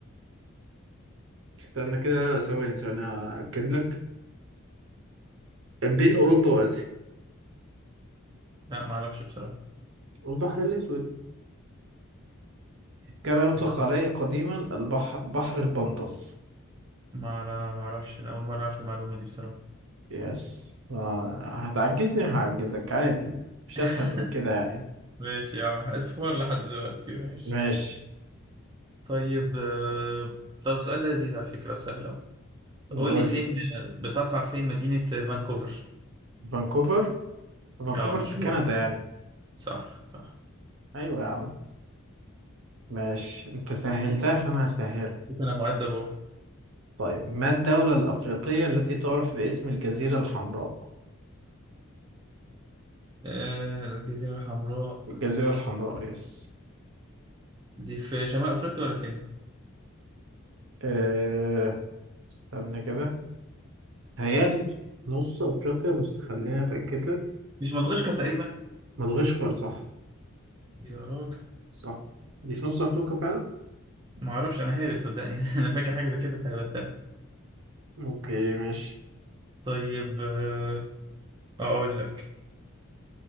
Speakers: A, on the right; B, on the right.
A: استنى كده ثواني ثواني هاكد لك بين اوروبا واسيا
B: لا ما اعرفش بصراحه
A: البحر الأسود كان يطلق
B: ما
A: عليه قديما البحر بحر البنطس
B: ما أعرف- ما اعرفش أنا اول مره اعرف المعلومه دي بصراحه
A: يس آه، هتعجزني هعجزك عادي مش
B: <laughs>
A: أسهل من كده يعني
B: ماشي يا عم اصفر لحد دلوقتي ماشي
A: ماشي
B: طيب آه، طب السؤال ده لذيذ على فكره وسهل اهو قول
A: نقول
B: لي فين بتقع فين مدينه فانكوفر
A: فانكوفر فانكوفر
B: اه مشهور
A: في كندا يعني
B: صح صح
A: أيوة يا عم ماشي أنت سهلتها فأنا هسهلها
B: شوف انا مؤدب اهو
A: طيب ما الدولة الأفريقية التي تعرف باسم الجزيرة الحمراء
B: آه، الجزيره الحمراء
A: الجزيرة الحمراء يس
B: دي في شمال افريقيا ولا فين
A: أه... استنى كده هيالي في نص أفريقيا بس خليني أتأكد لك
B: مش مدغشقر تقريبا
A: مدغشقر صح
B: يا راجل
A: صح دي في نص أفريقيا فعلا
B: ما اعرفش انا هابت صدقني <laughs> انا فاكر حاجه زي كده فهبتها
A: أوكي ماشي
B: طيب آه، اقول لك